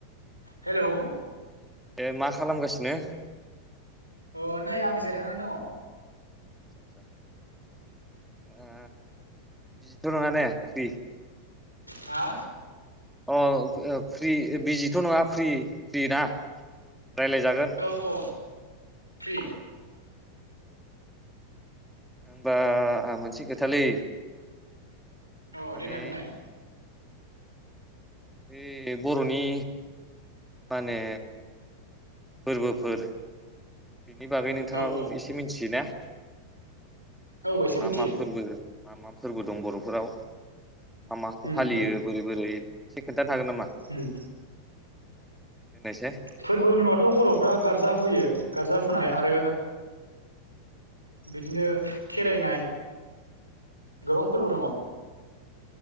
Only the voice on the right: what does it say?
हेलौ
अ नै आं जिरायनानै दङ।
हा?
औ अ फ्रि।
औ
देनाय बुंनाय।
औ औ
औ एसे
मिथियो
उम
ओम।
फोरबो होनोबाथ' बर'फ्रा गार्जा हुयो गार्जा हुनाय आरो बिदिनो खेराय होनाय गोबां फोरबो दङ।